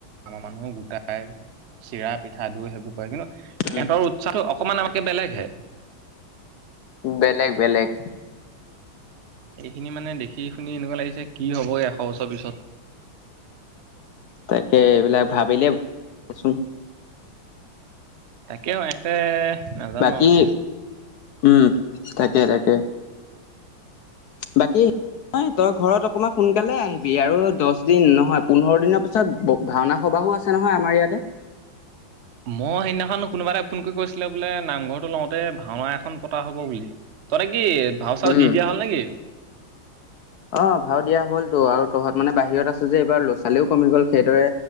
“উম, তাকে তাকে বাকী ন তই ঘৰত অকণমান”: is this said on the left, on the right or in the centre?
Left